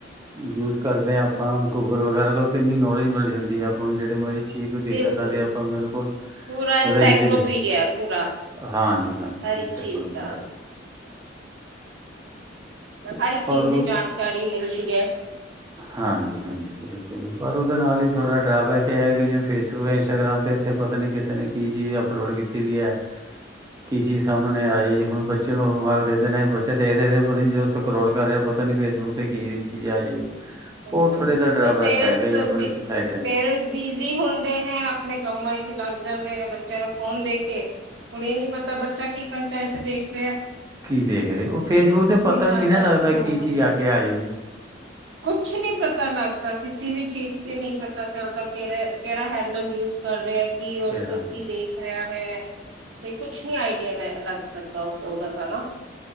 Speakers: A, on the right; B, on the right.
A: ਯੂਜ ਕਰਦੇ ਆਂ ਆਪਾਂ, ਗੂਗਲ ਵਗੈਰਾ ਤੋਂ ਕਿੰਨੀ ਨੋਲੇਜ ਮਿਲ ਜਾਂਦੀ ਐ ਆਪਾਂ ਨੂੰ ਜੇਹੜੇ ਮਰਜ਼ੀ ਚੀਜ਼
B: ਬਿਲਕੁਲ
A: ਦਿੱਕਤ ਆਂਦੀ ਐ ਆਪਾਂ ਬਿਲਕੁਲ
B: ਪੂਰਾ ਇਨਸਾਈਕਲੋਪੀਡੀਆ
A: <unintelligible>
B: ਹੈ ਪੂਰਾ
A: ਹਾਂਜੀ- ਹਾਂਜੀ,
B: ਹਰ
A: ਹਾਂਜੀ
B: ਇੱਕ ਚੀਜ਼
A: ਬਿਲਕੁਲ
B: ਦਾ
A: ਬੇਟੇ
B: ਹਰ ਇੱਕ ਚੀਜ਼
A: ਔਰ
B: ਦੀ ਜਾਨਕਾਰੀ ਮਿਲਦੀ ਐ।
A: ਹਾਂਜੀ-ਹਾਂਜੀ ਬਿਲਕੁਲ ਪਰ ਓਦੇ ਨਾਲ ਈ ਥੋੜਾ ਡਰਾਬੈਕ ਕੀ ਐ ਜਿਵੇਂ ਫੇਸਬੁੱਕ, ਇੰਸਟਾਗ੍ਰਾਮ ਤੇ ਏਥੇ ਪਤਾ ਨੀ ਕਿਸੇ ਨੇ ਕੀ ਚੀਜ਼ ਅਪਲੋਡ ਕੀਤੀ ਵੀ ਐ। ਕੀ ਚੀਜ਼ ਸਾਮਨੇ ਆ ਜਾਏ ਜੀ ਹੁਨ ਬੱਚੇ ਨੂੰ ਮੋਬਾਈਲ ਦੇ ਦਿੰਨੇ <unintelligible> ਸਕਰੋਲ ਕਰ ਰੇਆ, ਪਤਾ ਨੀਂ ਫੇਸਬੁੱਕ ਤੇ ਕੇੜੀ ਚੀਜ ਆ ਜਾਏ।
B: ਹੂੰ,
A: ਓ ਥੋੜੇ ਜੋਆ ਡਰਾ
B: ਉਹੀ ਪੇਰੈਂਟਸ
A: ਬੈਕ ਹੈਗਾ ਜੀ, ਆਪਨੀ
B: ਵੀ
A: ਸੁਸਾਏਟੀ
B: ਪੇਰੈਂਟਸ ਬਿਜ਼ੀ ਹੁੰਦੇ ਹੈ, ਆਪਨੇ ਕੰਮਾਂ ਵਿੱਚ ਲੱਗ ਜਾਂਦੇ ਨੇ, ਬੱਚੇਆਂ ਨੂੰ ਫੋਨ ਦੇ ਕੇ। ਹੁਨ ਏ ਨੀਂ ਪਤਾ ਬੱਚਾ ਕੀ ਕੰਟੈਕਟ ਦੇਖ ਰੇਆ।
A: ਕੀ, ਦੇਖ ਰਏ, ਓ ਫੇਸਬੁੱਕ ਤੇ ਪਤਾ
B: ਜਾਣਦਾ
A: ਵੀ ਨੀਂ ਨਾ ਲੱਗਦਾ
B: ਹਾਂ
A: ਕੀ ਚੀਜ ਆਗੇ ਆ ਜੇ ਜੀ।
B: ਕੁਛ ਨੀਂ ਪਤਾ ਲੱਗਦਾ, ਕਿਸੀ ਵੀ ਚੀਜ਼ ਤੇ ਨੀਂ ਪਤਾ ਚੱਲਦਾ ਕੇਹੜੇ, ਕੇਹੜਾ ਹੈਂਡਲ ਯੂਸ ਕਰ ਰੇਆ, ਕਿ
A: ਕਿਹੜਾ
B: ਓਸ ਕੀ ਦੇਖ ਹੈ, ਤੇ ਕੁਛ ਨਈਂ ਆਈਡੀਆ ਲੈ ਲੱਗ ਸਕਦਾ, ਓਦਾ ਤਾਂ ਨਾ